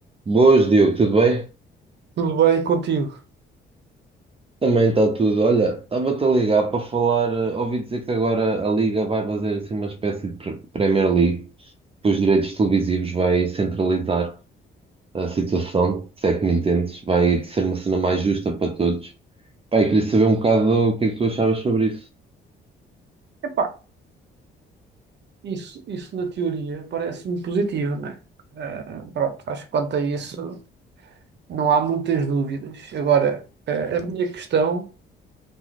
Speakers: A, on the right; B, on the right.
A: Boas, Diogo, tudo bem?
B: Tudo bem contigo?
A: Também está tudo. Olha, estava-te a ligar para falar. eh, Ouvi dizer que agora a Liga vai fazer assim uma espécie de pre- Premier League, que os direitos televisivos vai centralizar a situação, se é que me entendes. Vai ser uma cena mais justa para todos. Pai, queria saber um bocado o que é que tu achavas sobre isso.
B: Epá, isso, isso na teoria parece-me positivo, não é? Eh, pronto, acho que quanto a isso não há muitas dúvidas. Agora, eh, a minha questão,